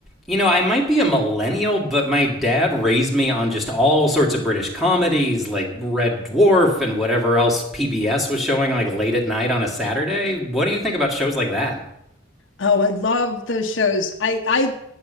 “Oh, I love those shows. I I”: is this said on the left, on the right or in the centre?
Left